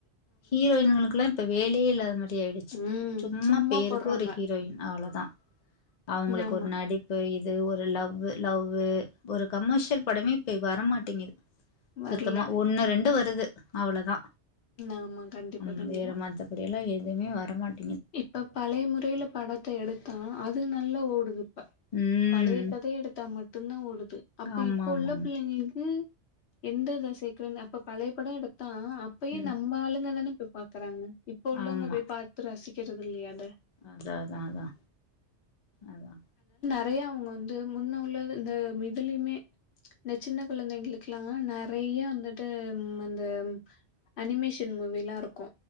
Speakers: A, on the left; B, on the left.
A: ஹீரோயின்களுக்கெல்லா இப்ப வேலையே இல்லாத மாரி ஆயிடுச்சி
B: ம்
A: சும்மா பேருக்
B: போடுறாங்க.
A: கு ஒரு ஹீரோயின் அவ்ளதா அவுங்களுக்கு
B: ஆமா
A: ஒரு நடிப்பு இத் து ஒரு லவ்வு லவ்வு ஒரு கமர்ஷியல் படமே இப்ப வரமாட்டேங்குது
B: வரல.
A: சுத்தமா ஒண்ணு ரெண்டு வருது அவ்ளதா
B: ஆமா கண்டிப்பா
A: ம்
B: கண்டிப்பா.
A: வேற மத்தபடி எல்லா எதுமே வரமாட்
B: இப்ப பலைய முறையில படத்த எடுத்தா அது நல்லா ஓடுது ம்
A: ம்
B: பலைய கதைய எடுத்தா மட்டுந்தா ஓடுது அப்ப
A: ஆமா
B: இப்ப
A: ஆமா
B: உள்ள
A: ஆமா
B: பிள்ளைங்களுக்கு எந்த இத சேர்க்குரன் அப்ப பலைய பட எடுத்தா அப்பயு
A: ம்
B: நம்ப ஆளுங்கதான ய் பாக்கறாங்க இப்ப உள்ளவங்க
A: ஆமா
B: போய் பாத்து ரசிக்கிறது இல்லியா அத
A: அதா அதா அதா அதா
B: இதயே அவுங்க வந்து முன்ன உள்ளது இந்த இதுலிமே இந்த சின்ன கொழந்தைங்களுக்கு லங்க நெறைய வந்துட்டு அந்த அனிமேஷன் மூவிலா இருக்கு